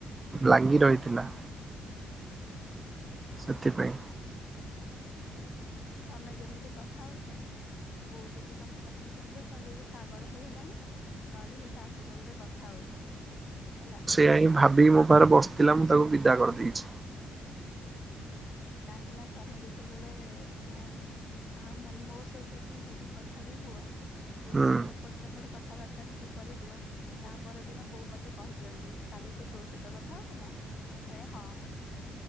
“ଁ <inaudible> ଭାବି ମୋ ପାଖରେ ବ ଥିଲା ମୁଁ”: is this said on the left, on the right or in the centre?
Right